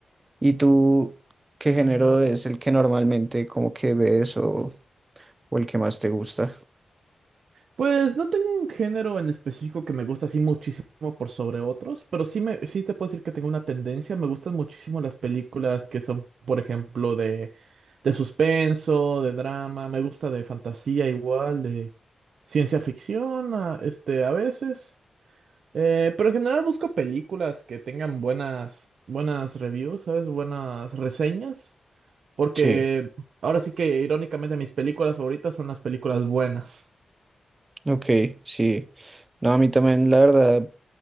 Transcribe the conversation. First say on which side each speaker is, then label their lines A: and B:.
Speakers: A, on the right; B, on the right.
A: ¿Y tú qué género es el que normalmente como que ves o, o el que más te gusta?
B: Pues no tengo un género en específico que me gusta así muchísimo por sobre otros, pero sí, me, sí te puedo decir que tengo una tendencia. Me gustan muchísimo las películas que son, por ejemplo, de, de suspenso, de drama, me gusta de fantasía igual, de ciencia ficción, a- este, a veces. Eh, pero en general busco películas que tengan buenas, buenas reviews, ¿sabes? Buenas reseñas. Porque
A: Sí.
B: ahora sí que irónicamente mis películas favoritas son las películas buenas.
A: Ok, sí. No, a mí también, la verdad,